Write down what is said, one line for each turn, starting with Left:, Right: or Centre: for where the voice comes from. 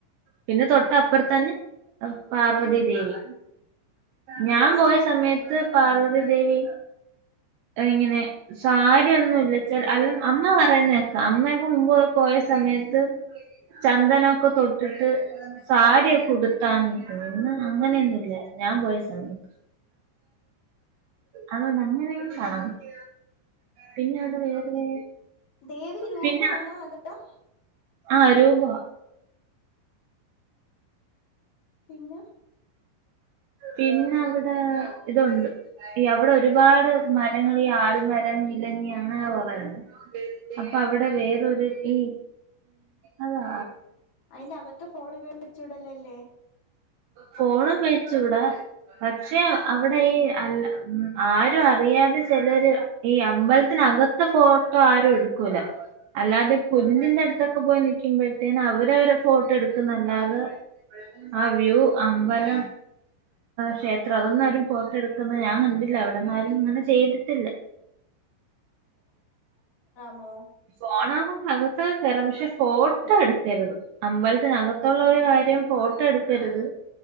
Right: പിന്നെ തൊട്ടപ്പർത്തന്നെ പാർവതി ദേവി. ഞാ പോയ സമയത്ത് പാർവതി ദേവി ഇങ്ങനെ സാരിയൊ ന്നും ഇല്ലച്ചാൽ അല്ലം അമ്മ പറയ്ന്നേക്കാം അമ്മയൊക്കെ മുമ്പ് പോയ സമയത്ത് ചന്ദനൊക്കെ തൊ ട്ട്ട്ട് സാരിയൊക്കെ ഉടുത്താ നിക്കുന്നു. ഇന്ന് അങ്ങനെയൊന്നുല്ല ഞാൻ പോയ സമയത്ത്. അതൊണ്ട് അങ്ങനെയും കാണാൻപറ്റി. പിന്നെ അവിടെ വേറെ
Left: ദേവി രൂപാണോ
Right: പിന്നെ
Left: അതാ
Right: ആ രൂപാ
Left: പിന്ന
Right: പിന്ന അവടാ ഇതുണ്ട് അവിടെ ഒരുപാട് മരങ്ങള് ഈ ആൽമരം, ഇലഞ്ഞി അങ്ങനെ കൊറേണ്ട്. അപ്പൊ അവടെ വേറൊരു ഈ അതാ
Left: അയിന്റെ അകത്ത് ഫോണു വെച്ചൂടല്ലല്ലേ.
Right: ഫോണുപയോഗിച്ചൂടാ. പക്ഷെ അവിടെ ഈ അല്ല ആരും അറിയാതെ ചെലര് ഈ അമ്പൽ ത്തിനകത്ത ഫോട്ടോ ആരും ഇട് ക്കൂല. അല്ലാതെ പുല്ലിന്റെ അട് ത്തൊക്കെ പോയി നിക്ക്മ്പഴത്തേന അവരവര് ഫോട്ടോ എടുക്കുന്നല്ലാതെ ആ വ്യൂ അമ്പലം ക്ഷേത്രം അതൊന്നും ആരും ഫോട്ടൊ എട്ക്ന്നത് ഞാൻ കണ്ടില്ല അവിടോന്നും ആരും ഇങ്ങനെ ചെയ്തിട്ടില്ല
Left: മോ
Right: ഫോണാ കൊണ്ട് അകത്തൊക്കെ കെറാം പക്ഷെ ഫോട്ടോ എട്ക്കര്ത് അമ്പലത്തിനകത്തോള്ള ഒരു കാര്യം ഫോട്ടോ എട്ക്കര്ത്